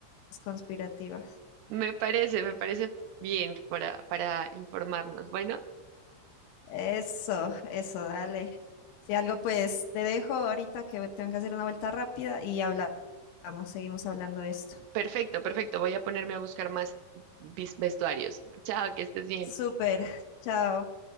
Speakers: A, on the left; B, on the right.
A: conspirativas.
B: Me parece, me parece bien para, para informarnos. Bueno,
A: Eso, eso, dale. Si algo, pues te dejo ahorita que tengo que hacer una vuelta rápida y hablamos, seguimos hablando de esto.
B: perfecto, perfecto. Voy a ponerme a buscar más vis- vestuarios. Chao, que estés bien.
A: Súper, chao.